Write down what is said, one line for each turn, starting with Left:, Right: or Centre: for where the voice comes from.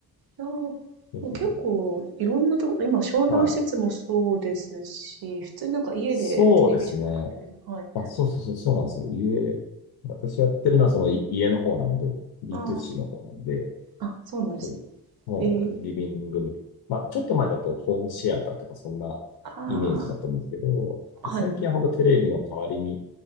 Right: いや、もう結構いろんなところ、
Left: うん
Right: 今商業施設もそうですし、
Left: はい。
Right: 普通になんか家でテレビじゃなくて、
Left: そうですね。
Right: はい。
Left: あ、そうそうそう、そうなんですよ。家、私やってるのはそのい家の方なんで、B2C
Right: あ
Left: の方なんで、
Right: あ、あ、そうなんですね。
Left: そう、もうリビングみ、
Right: ええ
Left: まあちょっと前だとホームシアターとかそんなイメージだと思うんですけど、
Right: ああ、
Left: 最近は本当テレビの代わりに
Right: はい。